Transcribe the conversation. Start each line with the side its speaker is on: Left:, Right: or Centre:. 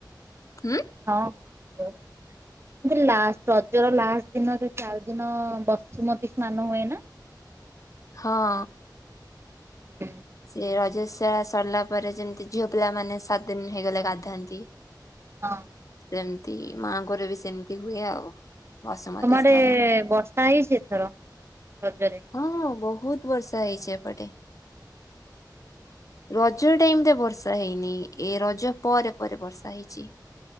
Left: ହୁଁ?
Right: ହଁ ମୁଁ କହିଲି ଲାଷ୍ଟ ରଜର ଲାଷ୍ଟ ଦିନରେ ଚାରି ଦିନ ବସୁମତୀ ସ୍ନାନ ହୁଏ ନା?
Left: ହଁ।
Right: ହୁଁ
Left: ସେ ରଜସିଆ ସରିଲା ପରେ ଯେମିତି ଝିଅ ପିଲା ମାନେ ସାତ ଦିନ ହେଇଗଲେ ଗାଧାନ୍ତି।
Right: ହଁ
Left: ସେମିତି ମାଆଙ୍କରେ ବି ସେମିତି ହୁଏ ଆଉ। ବସୁମତୀ
Right: ତମ ଆଡେ
Left: ସ୍ନାନ।
Right: ବର୍ଷା ହେଇଛି ଏଥର ରଜରେ?
Left: ହଁ ବୋହୁତ ବର୍ଷା ହେଇଛି ଏପଟେ। ରଜ ଟାଇମ ଟା ବର୍ଷା ହେଇନି ଏ ରଜ ପରେ ପରେ ବର୍ଷା ହେଇଛି।